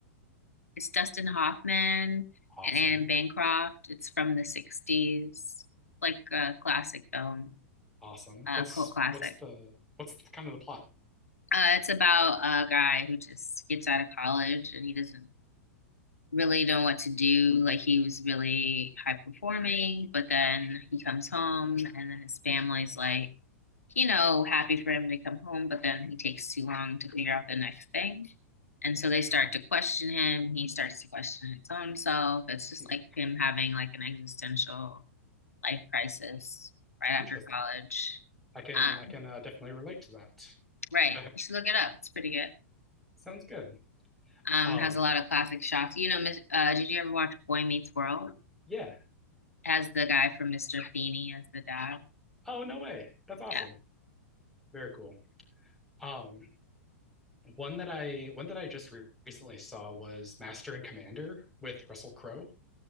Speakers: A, on the left; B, in the centre.
A: It's Dustin Hoffman
B: Awesome.
A: and Anne Bancroft. It's from the 60s, like a classic film,
B: Awesome.
A: a
B: What's
A: cult classic.
B: what's the what's the, kind of the plot?
A: Uh, it's about a guy who just gets out of college and he doesn't really know what to do. Like he was really high performing, but then he comes home and then his family's like, you know, happy for him to come home, but then he takes too long to figure out the next thing. And so
B: Sure.
A: they start to
B: <laughs>
A: question him. He starts to question his own self. It's just
B: Hmm.
A: like him having like an existential life crisis right after
B: Interesting.
A: college.
B: I can
A: Um,
B: I can uh, definitely relate to that.
A: right.
B: <laughs>
A: You should look it up. It's pretty good.
B: Sounds good.
A: Um,
B: Um,
A: has a lot of classic shots. You know, uh, did you ever watch Boy Meets World?
B: yeah.
A: as the guy from Mr. Feeny, as the dad.
B: Oh, no way. That's awesome.
A: Yeah.
B: Very cool. Um, one that I one that I just re recently saw was Master and Commander with Russell Crowe.